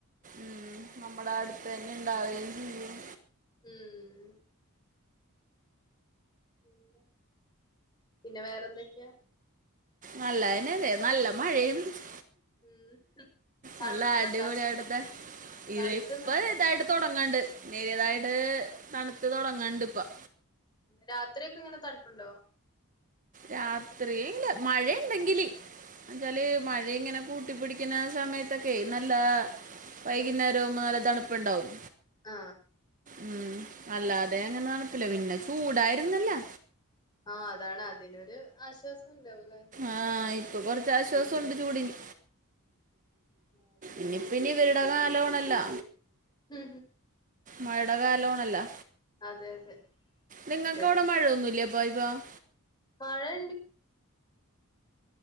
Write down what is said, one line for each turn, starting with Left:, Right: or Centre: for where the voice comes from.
Right: ഉം നമ്മുടെ അടുത്ത് തന്നെ ഉണ്ടാവുകയും ചെയ്യും
Left: ഉം പിന്ന പിന്നെ വേറെന്തൊക്കെയാ
Right: നല്ലായിനല്ലെ നല്ല മഴയും ഉണ്ട്
Left: ഉം തണുപ്പുണ്ടോ
Right: നല്ല അടിപൊളിയായിടുത്തെ
Left: തണുക്കുന്നുണ്ടോ
Right: ഇത് ഇപ്പൊ ഇതായിടു തുടങ്ങണ്ട് നേരിയതായിട്ട് തണുത്ത് തുടങ്ങണ്ട് ഇപ്പം
Left: രാത്രി ഒക്കെ ഇങ്ങനെ തണുപ്പുണ്ടോ
Right: രാത്രിയില് മഴ ഉണ്ടെങ്കില് എന്നച്ചാല്
Left: ഉം
Right: മഴ മഴ ഇങ്ങനെ കൂട്ടി പിടിക്കുന്ന സമയത്തൊക്കെ നല്ല വൈകുന്നേരം ആവുസം നല്ല തണുപ്പുണ്ടാവും
Left: ആഹ്
Right: ഉം അല്ലാതെ അങ്ങനെ തണപ്പില്ല പിന്നെ ചൂടായിരുന്നല്ലൊ
Left: ആഹ് അതാണ് അതിനൊരു ആശ്വാസം ഉണ്ടാവല്ലേ
Right: ആഹ് ഇപ്പൊ കൊറച്ചാശ്വാസം ഉണ്ട് ചൂടിന്
Left: <inaudible>
Right: ഇനി പ്പോഇവരുടെ കാലമാണല്ലോ
Left: മം ഹും
Right: മഴടെ കാലമാണല്ലൊ
Left: അതെ അതെ
Right: നിങ്ങൾക്ക്
Left: ശെ
Right: അവിടെ മഴയൊന്നുമില്ലേ ബ ഇപ്പം
Left: മഴ ഉണ്ട്